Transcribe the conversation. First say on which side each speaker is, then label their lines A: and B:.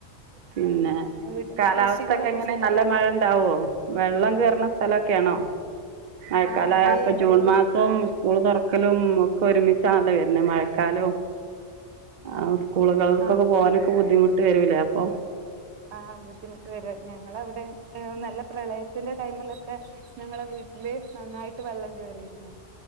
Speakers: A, on the right (about 50°); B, on the right (about 75°).
A: പിന്നെ
B: വീട്ടില്
A: കാലാവസ്ഥക്കെ
B: കൃഷികളൊക്കെ
A: എങ്ങനെ
B: ചെയ്യാ
A: നല്ല മഴ ഇണ്ടാവോ വെള്ളം കേറണ സ്ഥലൊക്കെയാണോ മഴക്കാലായ
B: ആഹ് അതെ
A: ഇപ്പൊ ജൂൺ
B: വെള്ളം
A: മാസോം
B: ആഹ്
A: സ്കൂള് തൊറക്കലും ഒക്കെ ഒരുമിച്ചാന്നല്ലോ വരുന്നെ മഴക്കാലോം ആഹ് സ്കൂളുകൾക്കൊക്കെ
B: ആഹ്
A: പോവാനൊക്കെ ബുദ്ധിമുട്ട് വരൂല്ലേ അപ്പൊ
B: ആഹ് ബുദ്ധിമുട്ട് വരും ഞങ്ങള് അവിടെ ഏഹ് നല്ല പ്രളയത്തിന്റെ ടൈമിലൊക്കെ ഞങ്ങളെ വീട്ടില് നന്നായിട്ട് വെള്ളം കേറിയിരുന്നു.